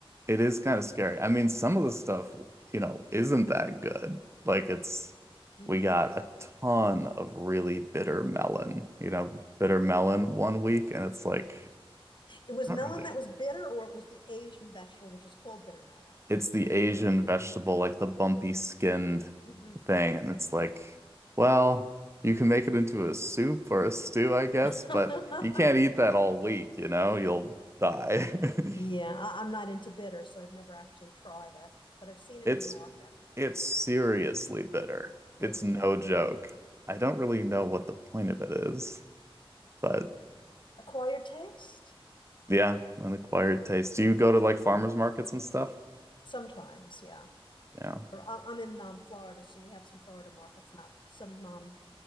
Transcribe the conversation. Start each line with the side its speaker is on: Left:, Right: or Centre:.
Right: It is kind of scary. I mean, some of the stuff, you know, isn't that good. Like it's,
Left: Mhm.
Right: we got a ton of really bitter melon, you know, bitter melon one week, and it's like,
Left: It was
Right: not
Left: melon
Right: really
Left: that was bitter or it was the Asian vegetable which is called bitter melon.
Right: it's the Asian vegetable, like the bumpy skinned
Left: Mhm.
Right: thing. And it's like, well, you can make it into a soup or a stew, I guess,
Left: <laughs>
Right: but you can't eat that all week, you know? You'll die. <laughs>
Left: yeah, I, I'm not into bitter, so I've never actually tried it, but I've seen it
Right: It's
Left: in the market.
Right: it's seriously bitter.
Left: Oh
Right: It's
Left: boy.
Right: no joke. I don't really know what the point of it is, but
Left: Acquired taste?
Right: yeah, an acquired taste. Do you go to like farmers markets and stuff?
Left: Sometimes, yeah.
Right: Yeah,
Left: Or I- I'm in um, Florida, so we have some Florida markets, not some um,